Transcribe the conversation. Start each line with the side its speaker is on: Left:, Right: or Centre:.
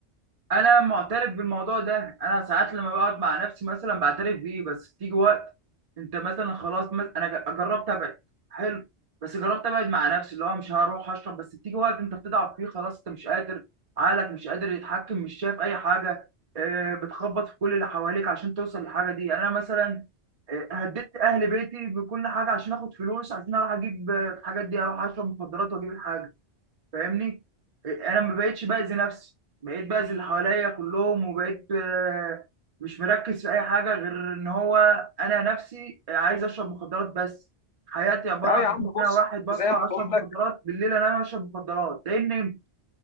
Right: انا معترف بالموضوع ده انا ساعات لما بقعد مع نفسي مثلا بعترف بيه بس بتيجي وقت انت مثلا خلاص مثلا انا ج- جربت ابعد حلو بس جربت ابعد مع نفسي اللي هو مش هروح اشرب بس بتيجي وقت انت بتضعف فيه خلاص انت مش قادر عقلك مش قادر يتحكم مش شايف اي حاجه آه، بتخبط في كل اللي حواليك عشان توصل للحاجه دي انا مثلا آه، هددت اهل بيتي بكل حاجه عشان اخد فلوس عشان اروح اجيب آه، الحاجات دي اروح اشرب مخدرات واجيب الحاجه فاهمني انا ما بقتش باذي نفسي بقيت باذي اللي حواليا كلهم وبقيت آه، مش مركز في اي حاجه غير ان هو انا نفسي عايز اشرب مخدرات بس حياتي عباره
Left: اه
Right: عن
Left: يا عم
Right: ان
Left: بص
Right: انا واحد بصحى
Left: زي ما
Right: اشرب
Left: بقول لك
Right: مخدرات بالليل انام اشرب مخدرات لان